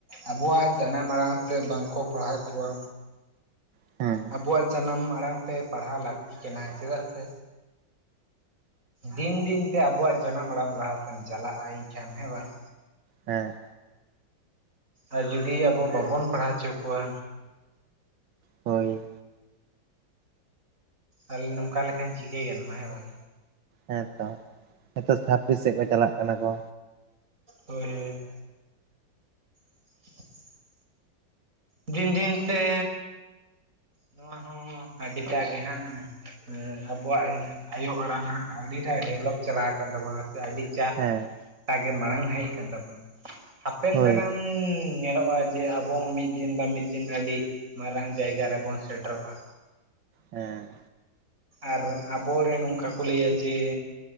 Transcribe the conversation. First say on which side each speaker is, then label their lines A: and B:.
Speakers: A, on the right; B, on the right.
A: ᱟᱵᱚᱣᱟᱜ ᱡᱟᱱᱟᱢ ᱟᱲᱟᱝ ᱛᱮ ᱵᱟᱝ ᱠᱚ ᱯᱟᱲᱦᱟᱣᱮᱜ ᱠᱚᱣᱟ᱾
B: ᱦᱮᱸ
A: ᱟᱵᱚᱣᱟᱜ ᱡᱟᱱᱟᱢ ᱟᱲᱟᱝ ᱛᱮ ᱯᱟᱲᱦᱟᱣ ᱞᱟᱹᱠᱛᱤ ᱠᱟᱱᱟ, ᱪᱮᱫᱟᱜ ᱥᱮ ᱫᱤᱱ ᱫᱤᱱ ᱛᱮ ᱟᱵᱚᱣᱟᱜ ᱡᱟᱱᱟᱢ ᱟᱲᱟᱝ ᱞᱟᱦᱟ ᱥᱮᱱ ᱪᱟᱞᱟᱜᱼᱟ, ᱤᱧᱠᱷᱟᱱ ᱦᱮᱸ ᱵᱟᱝ᱾
B: ᱦᱮᱸ
A: ᱟᱨ ᱡᱩᱫᱤ ᱟᱵᱚ ᱵᱟᱵᱚᱱ ᱯᱟᱲᱦᱟᱣ ᱚᱪᱚ ᱠᱚᱣᱟ
B: ᱦᱳᱭ
A: ᱟᱞᱤᱧ ᱱᱚᱝᱠᱟ ᱞᱮᱠᱷᱟᱱ ᱪᱤᱠᱟᱹᱭ ᱜᱟᱱᱚᱜᱼᱟ ᱦᱮᱸ ᱵᱟᱝ᱾
B: ᱦᱮᱸ ᱛᱚ ᱱᱤᱛᱚᱜ ᱪᱷᱟᱯᱨᱤ ᱥᱮᱜ ᱠᱚ ᱪᱟᱞᱟᱜ ᱠᱟᱱᱟ ᱠᱚ᱾
A: ᱦᱳᱭ ᱦᱳᱭ <inaudible> ᱫᱤᱱ ᱫᱤᱱ ᱛᱮ ᱱᱚᱣᱟ ᱦᱚᱸ ᱟᱹᱰᱤ ᱴᱟᱜ ᱜᱮ ᱦᱟᱸᱜ ᱚᱸ ᱟᱵᱚᱣᱟᱜ ᱟᱭᱳ ᱟᱲᱟᱝ ᱦᱟᱸᱜ ᱟᱹᱰᱤ ᱴᱟᱜ ᱰᱮᱵᱷᱞᱚᱯ ᱪᱟᱞᱟᱣ ᱠᱟᱱ ᱛᱟᱵᱚᱱᱟ ᱥᱮ ᱟᱹᱰᱤ ᱪᱟᱦ
B: ᱦᱮᱸ
A: ᱟᱜᱮ ᱢᱟᱲᱟᱝ ᱦᱮᱡ ᱠᱟᱱ ᱛᱟᱵᱚᱱᱟ ᱦᱟᱯᱮᱱ
B: ᱦᱳᱭ
A: ᱫᱟᱨᱟᱢ ᱩᱸ ᱧᱮᱞᱚᱜᱼᱟ ᱡᱮ ᱟᱵᱚ ᱦᱚᱸ ᱢᱤᱜ ᱫᱤᱱ ᱵᱟᱝ ᱢᱤᱫ ᱫᱤᱱ ᱟᱹᱰᱤ ᱢᱟᱨᱟᱝ ᱡᱟᱭᱜᱟ ᱨᱮᱵᱚᱱ ᱥᱮᱴᱮᱨᱚᱜᱼᱟ᱾
B: ᱦᱮᱸ
A: ᱟᱨ ᱟᱵᱚ ᱨᱮᱱ ᱚᱝᱠᱟ ᱠᱚ ᱞᱟᱹᱭᱟ ᱡᱮ